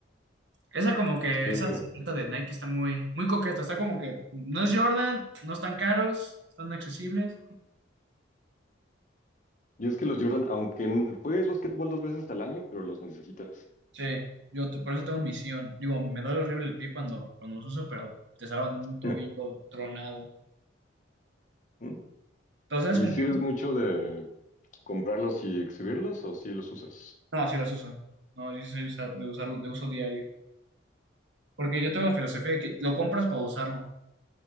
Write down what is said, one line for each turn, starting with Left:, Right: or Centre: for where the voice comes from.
Right: Esa como que,
Left: Sí.
Right: esa silueta de Nike está muy, muy coqueta. Está como que no es Jordan, no están caros, están accesibles.
Left: Y es que los Jordan, aunque n- juegues básquetbol dos veces al año, pero los necesitas.
Right: Sí, yo te- por eso tengo misión. Digo, me duele horrible el pie cuando, cuando los uso, pero te salvan de un
Left: <laughs>
Right: tobillo tronado.
Left: ¿Mm?
Right: ¿Pero sabes
Left: ¿Y
Right: con
Left: si
Right: quién?
Left: eres mucho de comprarlos y exhibirlos o si los usas?
Right: No, sí los uso. No, yo soy usar- de usarlo, de uso diario. Porque yo tengo la filosofía de que lo compras para usarlo.